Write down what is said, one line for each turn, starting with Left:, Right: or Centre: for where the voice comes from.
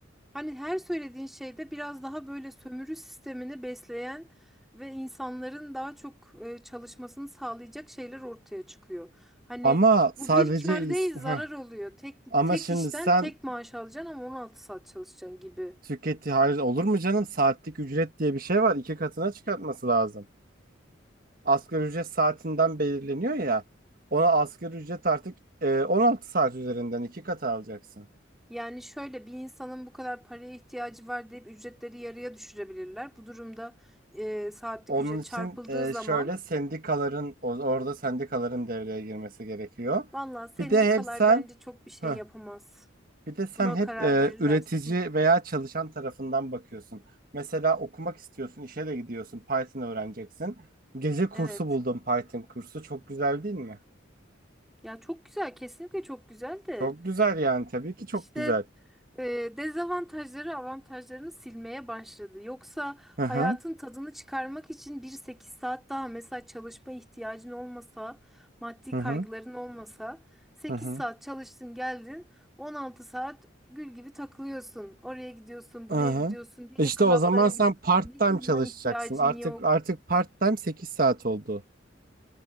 Centre: Hani her söylediğin şeyde biraz daha böyle sömürü sistemini besleyen ve insanların daha çok e, çalışmasını sağlayacak şeyler ortaya çıkıyor. Hani
Right: Ama sadece
Centre: bu bir kar
Right: ins-
Centre: değil
Right: heh.
Centre: zarar oluyor. Tek
Right: Ama
Centre: tek
Right: şimdi
Centre: işten
Right: sen
Centre: tek maaş alacaksın ama 16 saat çalışacaksın gibi.
Right: Tüketi hayır olur mu canım? Saatlik ücret diye bir şey var. İki katına çıkartması lazım. Asgari ücret saatinden belirleniyor ya. Ona asgari ücret artık e, 16 saat üzerinden iki kat alacaksın.
Centre: Yani şöyle bir insanın bu kadar paraya ihtiyacı var deyip ücretleri yarıya düşürebilirler. Bu durumda e, saatlik
Right: Onun
Centre: ücret
Right: için
Centre: çarpıldığı
Right: e,
Centre: zaman
Right: şöyle sendikaların o- orada sendikaların devreye girmesi gerekiyor.
Centre: valla sendikalar
Right: Bir de hep sen
Centre: bence çok bir şey
Right: heh,
Centre: yapamaz.
Right: bir de sen
Centre: Buna
Right: hep
Centre: karar
Right: e,
Centre: verirlerse.
Right: üretici
Centre: Hı.
Right: veya çalışan tarafından bakıyorsun. Mesela okumak istiyorsun, işe de gidiyorsun, Python öğreneceksin. Gece kursu
Centre: Evet.
Right: buldum Python kursu. Çok güzel değil mi?
Centre: Ya çok güzel, kesinlikle çok güzel de
Right: Çok güzel yani tabii ki çok
Centre: işte
Right: güzel.
Centre: e, dezavantajları avantajlarını silmeye başladı. Yoksa hayatın
Right: Hı hı
Centre: tadını çıkarmak için bir 8 saat daha mesela çalışma ihtiyacın olmasa, maddi
Right: hı
Centre: kaygıların
Right: hı
Centre: olmasa sekiz
Right: hı hı.
Centre: saat çalıştın geldin 16 saat gül gibi takılıyorsun. Oraya gidiyorsun,
Right: hı
Centre: buraya
Right: hı.
Centre: gidiyorsun, gece
Right: E İşte
Centre: klaplara
Right: o zaman sen
Centre: gidiyorsun.
Right: part-time
Centre: Hiç uyumaya
Right: çalışacaksın.
Centre: ihtiyacın
Right: Artık
Centre: yok.
Right: artık part-time 8 saat oldu.